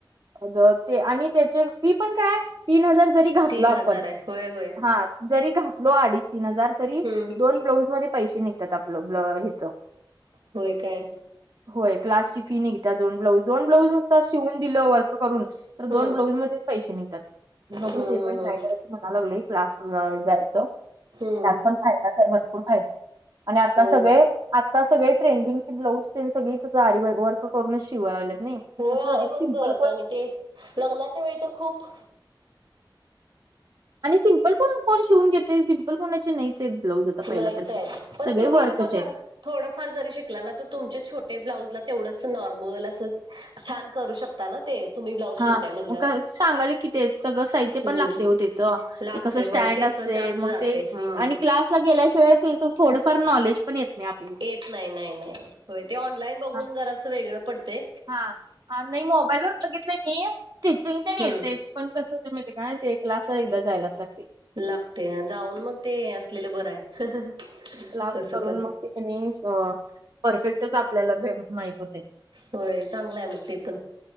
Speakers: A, on the right (about 55°); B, on the right (about 75°).
A: अगं ते आणि त्याचे मी पण काय तीन हजार जरी घातलं
B: तीन
A: आपण
B: हजार आहे होय होय
A: हा जरी घातलो अडीच तीन हजार तरी
B: हम्म
A: दोन ब्लाऊज मध्ये पैसे नाही त्यात आपलं ब्ल हिच
B: होय काय
A: होय क्लासची फी निघत्या दोन ब्लाऊज दोन ब्लाऊज नुसतं शिवून दिलं वर्क करून
B: हम्म
A: तर दोन ब्लाऊज मध्येच पैसेे निघतात बघू
B: हम्म
A: ते
B: हम्म
A: पण ट्राय
B: हम्म
A: करायचं म्हणालागलोय क्लासला जायचं त्यात
B: हम्म
A: पण फायदाच आहे भरपूर फायदा आणि आता
B: होय
A: सगळे आता सगळे ट्रेंडिंगची ब्लाउज तेन सगळी तसं आरी वर्क करूनच शिवालागलेत नाही
B: हो
A: असं
B: आरी वर्कचं
A: सिम्पल कोण
B: आणि ते लग्नाच्या वेळी तर खूप
A: आणि सिम्पल कोण कोण शिवून घेतंय सिम्पल कोणाचे नाहीच हाईत ब्लाउज आता
B: नाहीच
A: पहिल्यासारखे
B: आहे पण
A: सगळे
B: तुम्ही
A: वर्कचे
B: आता जर
A: आहेत.
B: थोडंफार जरी शिकला ना तर तुमचे छोटे ब्लाउजला तेवढंच नॉर्मल असं छान करू शकता ना ते. तुम्ही ब्लाऊज शिवताय
A: हा
B: म्हणल्यावर
A: मग सांगाल कि ते सगळं साहित्य
B: हम्म
A: पण लागते हो त्याचं.
B: लागते
A: ते कस
B: होय
A: स्टँड
B: तेच
A: असते
B: जास्त
A: मग
B: जाते
A: ते
B: हम्म
A: आणि क्लास गेल्याशिवाय त्याच थोडफार नॉलेज पण येत नाही आपल्याला
B: येत नाही नाही नाही नाही होय ते ऑनलाईन बघून
A: हा
B: जरासं वेगळं पडतंय
A: हा नाही मोबाईल वर बघितलंय मी स्टिचिंग तेन
B: हम्म
A: येतय पण कसं होतय माहिते काय ते क्लास ला एकदा जायलाच लागतंय
B: लागते जाऊन मग ते असलेलं बरं आहे
A: क्लास
B: तसं
A: करून
B: पण
A: मग ते कनी परफेक्टच आपल्याला भे माहीत होते
B: होय चांगलं आहे मग ते पण